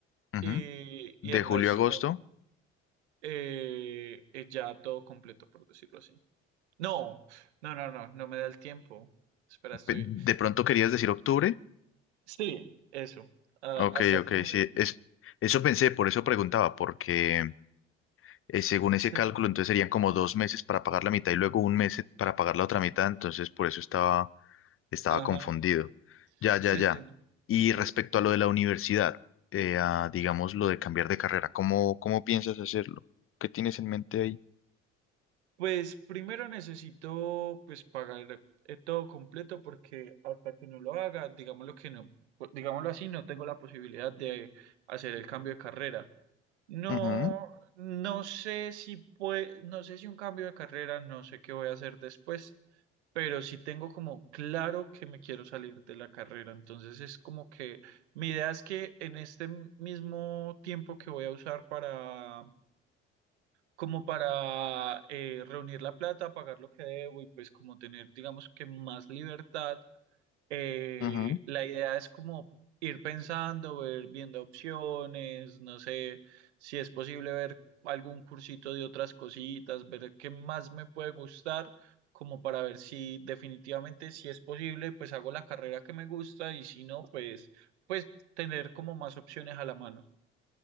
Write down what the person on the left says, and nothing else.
ujú.
De
julio
a agosto.
Pe- ¿De pronto querías decir octubre?
Ok,
ok, sí. Es, eso pensé, por eso preguntaba, porque eh, según
ese cálculo, entonces serían como dos meses para pagar la mitad y luego un mes eh, para pagar la otra mitad, entonces por eso estaba Estaba
confundido. Ya,
ya, ya.
Y respecto a lo de la universidad, eh, a, digamos lo de cambiar de carrera, ¿cómo, cómo piensas hacerlo? ¿Qué tienes en mente ahí?
Ujú,
ujú.